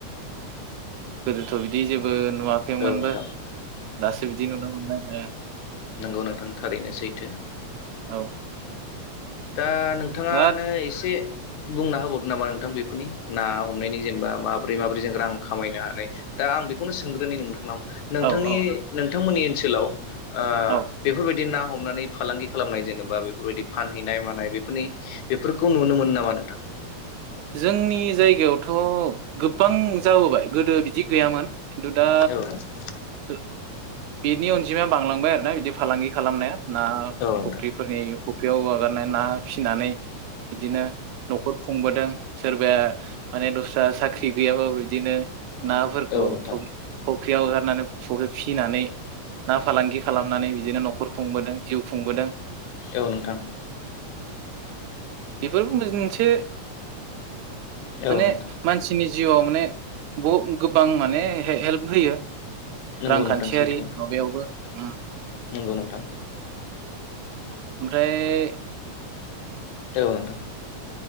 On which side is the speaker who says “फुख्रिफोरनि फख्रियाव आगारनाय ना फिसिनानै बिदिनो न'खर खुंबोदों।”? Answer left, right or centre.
Right